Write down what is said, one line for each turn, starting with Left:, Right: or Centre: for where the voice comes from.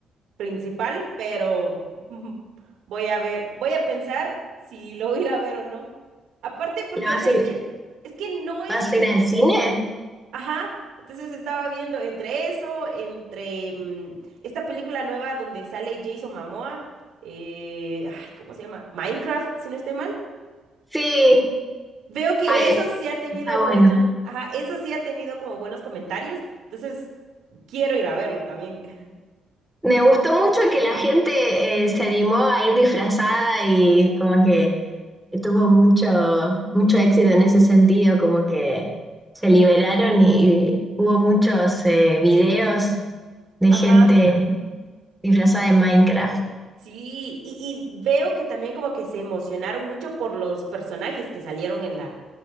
Right: principal, pero <laughs> voy a ver, voy a pensar si lo voy a ir a ver o no. Aparte porque,
Centre: ¿La vas
Right: o sea,
Centre: a
Right: es
Centre: ir,
Right: que es que no es,
Centre: vas a ir al cine?
Right: ajá. Entonces estaba viendo entre eso, entre mm, esta película nueva donde sale Jason Momoa, eh, ay, ¿cómo se llama? Minecraft, si no estoy mal.
Centre: Sí,
Right: Veo que
Centre: Ay,
Right: eso sí ha tenido
Centre: está bueno.
Right: buena, ajá, eso sí ha tenido como buenos comentarios, entonces quiero ir a verlo también. <laughs>
Centre: Me gustó mucho que la gente eh, se animó a ir disfrazada y como que tuvo mucho, mucho éxito en ese sentido, como que se liberaron y, y hubo muchos eh, videos de
Right: Ajá,
Centre: gente disfrazada de Minecraft.
Right: sí, y, y veo que también como que se emocionaron mucho por los personajes que salieron en la,